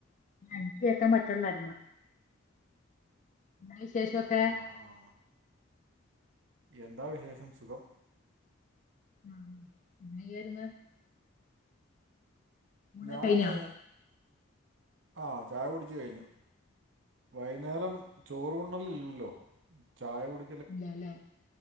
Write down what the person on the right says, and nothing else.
ആഹ് എന്താ വിശേഷം സുഖം.
ഞാന്
ആഹ് ചായ കുടിച്ചു കഴിഞ്ഞു. വൈകുന്നേരം ചോറ് ഉണ്ണല് ഇല്ലല്ലോ ചായ കുട